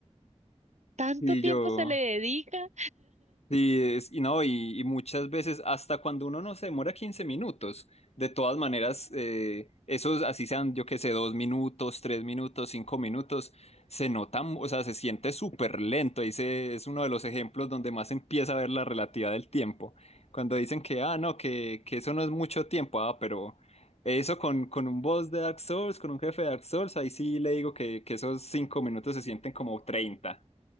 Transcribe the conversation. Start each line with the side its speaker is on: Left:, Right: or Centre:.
Right: ¿Tanto
Left: Y
Right: tiempo
Left: yo,
Right: se le dedica?
Left: Sí, es- y no, y, y muchas veces hasta cuando uno no se demora 15 minutos, de todas maneras, eh, esos así sean, yo qué sé, dos minutos, tres minutos, cinco minutos, se nota, mu- o sea, se siente súper lento. Ahí se- es uno de los ejemplos donde más se empieza a ver la relatividad del tiempo. Cuando dicen que, ah, no, que, que eso no es mucho tiempo, ah, pero eso con, con un boss de Dark Souls, con un jefe de Dark Souls, ahí sí le digo que, que esos cinco minutos se sienten como 30.